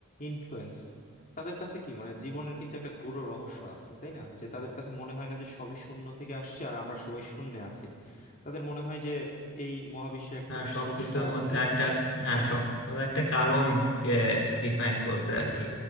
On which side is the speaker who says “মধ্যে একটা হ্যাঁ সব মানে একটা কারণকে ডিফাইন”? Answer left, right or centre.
Left